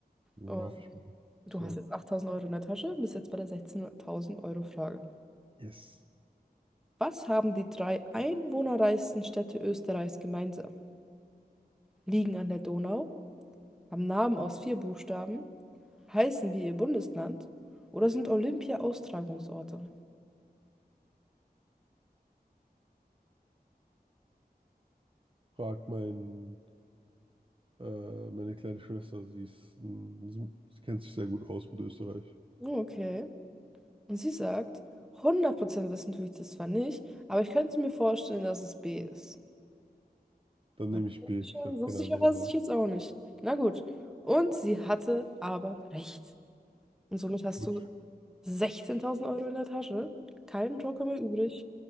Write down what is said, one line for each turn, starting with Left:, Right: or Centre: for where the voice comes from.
Right: Ja,
Centre: Und
Right: Hoffe ich mal.
Centre: du
Right: So.
Centre: hast jetzt 8000 Euro in der Tasche, bist jetzt bei der 16.000 Euro Frage.
Right: Yes.
Centre: Was haben die drei einwohnerreichsten Städte Österreichs gemeinsam? Liegen an der Donau, haben Namen aus vier Buchstaben, heißen wie ihr Bundesland oder sind Olympia-Austragungsorte?
Right: Frag mein, äh, meine kleine Schwester, sie ist, ein- sie, sie kennt sich sehr gut aus mit Österreich.
Centre: Okay. Und sie sagt, 100% wissen tue ich das zwar nicht, aber ich könnte mir vorstellen, dass es B ist.
Right: Dann
Centre: Wusste
Right: nehme ich B. Ich habe
Centre: wusste
Right: keine
Centre: ich
Right: andere
Centre: aber
Right: Wahl.
Centre: sich jetzt auch nicht. Na gut. Und sie hatte aber recht. Und somit hast
Right: Gut,
Centre: du 16.000 Euro in der Tasche, keinen Joker mehr übrig